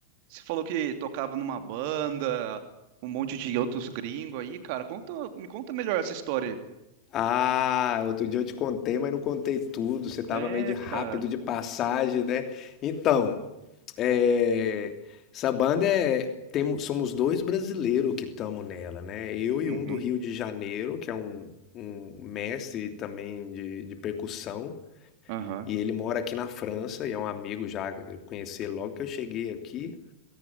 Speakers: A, on the right; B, on the left.
A: Você falou que tocava numa banda, um monte de outros gringos aí, cara. Conta, me conta melhor essa história.
B: Ah, outro dia eu te contei, mas não contei tudo. Você tava
A: aí.
B: meio de
A: É,
B: rápido
A: cara.
B: de passagem, né? Então, é, essa banda é. Temos, somos dois brasileiros que estamos nela, né? Eu e
A: Uhum.
B: um do Rio de Janeiro, que é um, um mestre também de, de percussão.
A: Aham.
B: E ele mora aqui na França e é um amigo já, eu conheci ele logo que eu cheguei aqui.